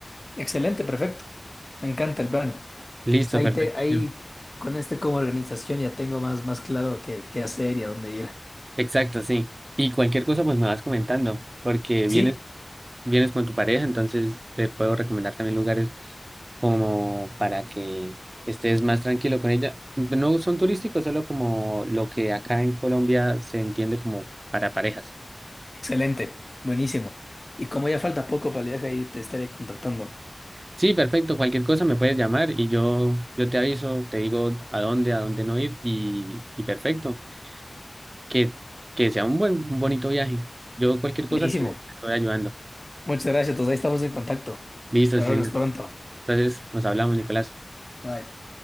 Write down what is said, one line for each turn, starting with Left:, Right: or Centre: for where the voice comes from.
Left: Excelente, perfecto. Me encanta el plan. O
Right: Listo,
Left: sea, ahí,
Right: perfectísimo.
Left: te, ahí con este como organización ya tengo más, más claro qué, qué hacer y a dónde ir.
Right: Exacto, sí. Y cualquier cosa, pues me vas comentando, porque
Left: Sí,
Right: vienes, vienes con tu pareja, entonces te puedo recomendar también lugares como para que estés más tranquilo con ella. No son turísticos, solo como lo que acá en Colombia se entiende como para parejas.
Left: excelente, buenísimo. Y como ya falta poco para el viaje, ahí te estaré contactando.
Right: Sí, perfecto. Cualquier cosa me puedes llamar y yo, yo te aviso, te digo a dónde, a dónde no ir y, y perfecto. Que, que sea un buen, un bonito viaje. Yo cualquier cosa
Left: Buenísimo.
Right: te, te estoy ayudando.
Left: Muchas gracias, entonces ahí estamos en contacto.
Right: Listo,
Left: Hasta
Right: sí, señor.
Left: nos pronto.
Right: Entonces nos hablamos, Nicolás.
Left: Bye.